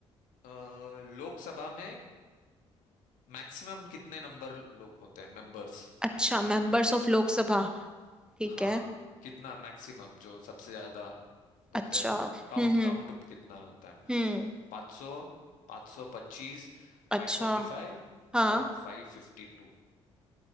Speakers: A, on the left; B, in the centre.
A: अ, लोकसभा में मैक्सिमम कितने नंबर लोग होते हैं मेंबर्स
B: अच्छा मेंबर्स ऑफ लोकसभा ठीक
A: हाँ
B: है
A: कितना मैक्सिमम जो सबसे ज्यादा बोलते
B: अच्छा
A: हैं ना
B: हम्म
A: काउंट
B: हम्म
A: काउंट कितना होता है
B: हम्म
A: 500 525
B: अच्छा
A: 545
B: हाँ
A: या 552